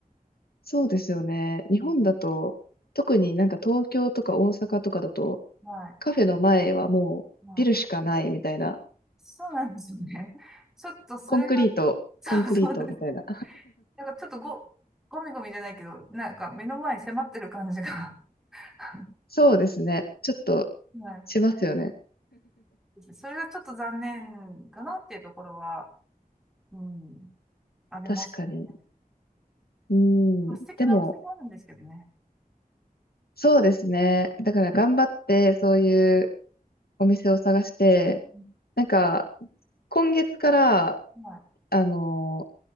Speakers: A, on the left; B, in the centre.
A: そうですよね。
B: うん。
A: 日本だと、特になんか東京とか大阪とかだと、
B: はい。
A: カフェの前はもうビルしかないみたいな、
B: はい。そうなんですよね。<laughs> ちょっとそれが、
A: コンクリート、
B: そうそうです。
A: コンクリートみたいな。
B: なんかちょっとご、ゴミゴミじゃないけど、なんか目の前に迫ってる感じが <laughs>。
A: そうですね。ちょっと
B: は
A: しますよね。
B: い。それがちょっと残念かなっていうところは、うん、ありますね。
A: 確かに。うん、
B: まあ、素敵なお店もあるんですけどね。
A: でも、そうですね。だから頑張って、そういうお店を探して、
B: うん
A: なんか、今月から、
B: はい。
A: あの、